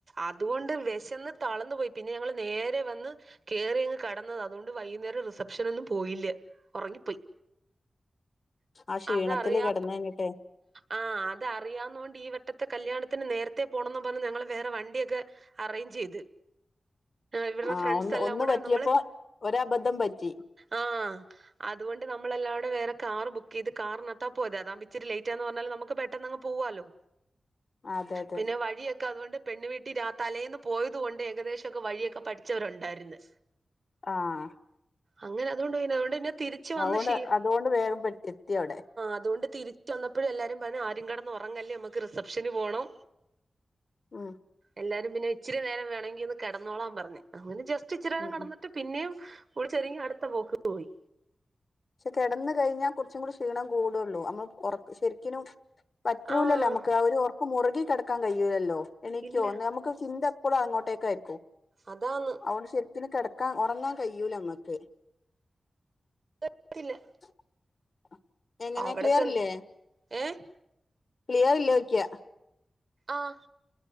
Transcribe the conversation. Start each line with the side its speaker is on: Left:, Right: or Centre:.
Right: അതുകൊണ്ട് വിശെന്ന് തളന്നു പോയി.. പിന്നെ ഞങ്ങള് നേരെ വന്ന് കെറി അങ്ങ് കെടന്നതാ അതുകൊണ്ട് വൈകുന്നേരം റിസപ്ഷൻ ഒന്നും പോയില്ല ഉറങ്ങിപ്പോയി
Left: ആഹ് ക്ഷീണത്തില്
Right: അതറിയാ
Left: കിടന്ന കഞ്ഞിട്ടെ
Right: ആഹ് അത് അറിയാവന്നുകൊണ്ട് ഈ വട്ടത്തെ കല്യാണത്തിന് നേരത്തെ പോണംന്ന് പറഞ്ഞഞ് ഞങ്ങള് വേറെ വണ്ടിയൊക്കെ അറേഞ്ച് ചെയ്ത് ഇവരുടെ
Left: ആഹ്
Right: ഫ്രണ്ട്സ്
Left: ഒന്ന്
Right: എല്ലാം
Left: ഒന്ന്
Right: കൂടെ
Left: പറ്റിയപ്പോ
Right: നമ്മള്
Left: ഒര ബദ്ധം പറ്റി
Right: ആഹ് അതുകൊണ്ട് നമ്മൾ എല്ലവിടെ വേറെ കാർ ബുക്ക് ചെയ്ത് കാറിനകത്താ പോയത് അതാ ഇിച്ചിരി ലേറ്റാന്ന് പറഞ്ഞാൽ നമുക്ക് പെട്ടന്ന് അങ് പോവാലോ
Left: അതെ അതെ
Right: പിന്നെ വഴിയെക്കെ അതുകൊണ്ട് പെണ്ണു വീട്ടിൽ തലേന്ന് പോയത് കൊണ്ട് ഏകദേശംക്കെ വഴിയൊക്കെ പഠിച്ചവരുണ്ടായിരുന്ന്
Left: ആഹ്
Right: അങ്ങനെ അതൊണ്ട് പിന്നെ അതുകൊണ്ട് പിന്നെ തിരിച്ച് വന്ന
Left: അതുകൊണ്ട്
Right: ക്ഷി
Left: അതുകൊണ്ട് വേഗം എത്തി അവിടെ
Right: അതുകൊണ്ട് തിരി ചന്നപ്പോഴും എല്ലാരും പറഞ്ഞ ആരും കെടന്ന് ഉറങ്ങല്ലേ നമ്മുക്ക് റിസപ്ഷന് പോണം
Left: ആഹ്
Right: എല്ലാരും പിന്നെ ഇിച്ചിരി നേരം വേനെങ്കിൽ ഒന്ന് കിടന്നോളാൻ പറഞ് അങ്ങനെ ജസ്റ്റ് ഇച്ചിരി നേരം
Left: ഉം
Right: കെടന്നിട്ട്.
Left: ഉം
Right: പിന്നെയും കുളിച്ച് ഒരുങ്ങി അടുത്ത പോക്ക് പോയി.
Left: പക്ഷെ കെടന്ന് കഴിഞ്ഞാൽ കുറച്ചും കൂടി ക്ഷീണം കൂടുള്ളൂ നമ്മള് ഉറ ശരിക്കിനും. പറ്റൂലല്ലോ
Right: ആഹ്
Left: ന്നമ്മക്ക ഒരുഒർക്ക് മുറുകി കെടക്കാൻ കഴിയൂലല്ലോ എനിക്കോന്ന്
Right: ഇല്ല
Left: നമുക്ക് ചിന്ത. ഇപ്പോളും അങ്ങോട്ടേക്കായിരിക്കും.
Right: അതാണ്.
Left: അതൊണ്ട് ശെരിക്കുനും കിടക്കാൻ ഉറങ്ങാൻ കഴിയൂല നമ്മക്ക്.
Right: <inaudible>
Left: <inaudible> എങ്ങനെ
Right: അവിടെ
Left: ക്ലിയറില്ലേ?
Right: ചെന്ന് ഏഹ്
Left: ക്ലിയറില്ലേയ്ക്ക്യ.
Right: ആഹ്